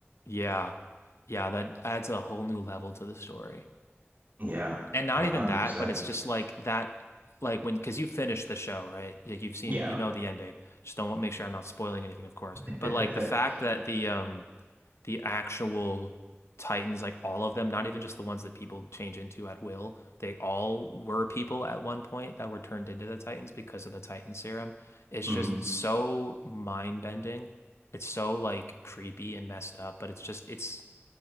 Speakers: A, on the left; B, on the right.
A: Yeah. Yeah, that adds a whole new level to the story.
B: yeah,
A: And not
B: a
A: even
B: hundred
A: that,
B: percent,
A: but it's just like that, like when, because you finished the show, right? Like you've seen,
B: yeah,
A: you know the ending. Just don't want make sure I'm not spoiling anything, of course.
B: <laughs>
A: But like the fact that the um the actual Titans, like all of them, not even just the ones that people change into at will, they all were people at one point that were turned into the Titans because of the Titan serum. It's
B: hmm
A: just so mind-bending. It's so like creepy and messed up, but it's just it's